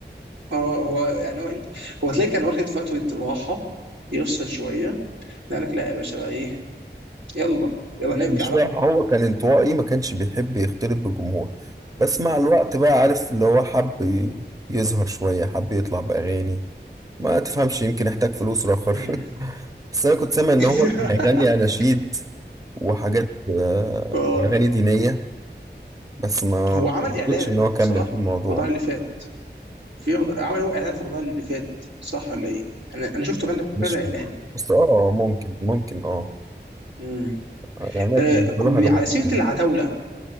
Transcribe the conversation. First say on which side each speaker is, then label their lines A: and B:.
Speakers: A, on the right; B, on the right.
A: اه هو يعني هو هو تلاقي كان واخد فتره راحه يفصل شويه قال لك لا يا باشا بقى ايه يلا يلا
B: لا
A: نرجع
B: مش
A: بقى
B: رايح هو كان انطوائي ما كانش بيحب يختلط بالجمهور بس مع الوقت بقى عارف اللي هو حب ي- يظهر شوية حب يطلع بأغاني ما تفهمش يمكن احتاج فلوس رخر
A: مم.
B: <laughs> بس أنا كنت سامع إن
A: <laughs>
B: هو كان هيغني أناشيد وحاجات آه،
A: آه.
B: وأغاني دينية بس ما
A: هو
B: ما
A: عمل اعلان
B: أعتقدش إن هو كمل
A: صح
B: في الموضوع
A: في رمضان اللي فات في رمضان... عمل هو اعلان في رمضان اللي فات صح ولا ايه انا انا شفته غنى في
B: مش
A: كذا
B: فاهم
A: اعلان
B: بس اه ممكن ممكن اه
A: مم.
B: الأعمال
A: آه
B: بالنسبة له
A: ب-
B: حاجة بسيطة
A: على سيره العتاوله